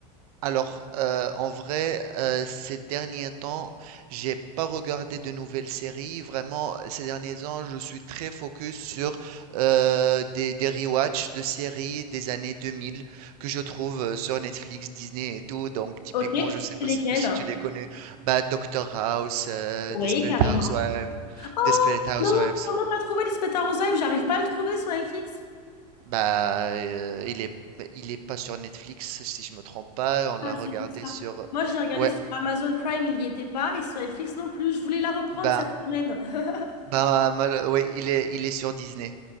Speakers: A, on the right; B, on the left.
A: Alors, euh, en vrai, euh, ces derniers temps, j'ai pas regardé de nouvelles séries. Vraiment, ces derniers temps, je suis très focus sur euh, des, des rewatch de séries des années 2000 que je trouve euh, sur Netflix, Disney et tout. Donc, typiquement,
B: Ok, c'est
A: je sais pas
B: lesquelles?
A: si, si tu les connais. Bah, Doctor House, euh,
B: Oui,
A: Desperate
B: carrément.
A: Housewives,
B: Oh
A: Desperate Housewives.
B: Non, comment t'as trouvé Lisbeth Arrosaïev? J'arrive pas à le trouver sur Netflix.
A: Bah, euh, il est, il est pas sur Netflix, si je me trompe pas. On l'a
B: Ah,
A: regardé
B: c'est pour ça.
A: sur,
B: Moi, j'ai regardé
A: ouais.
B: sur Amazon Prime, il n'y était pas, et sur Netflix non plus. Je voulais la reprendre
A: Ben,
B: cette semaine. <laughs>
A: Bah, mal- oui, il est, il est sur Disney.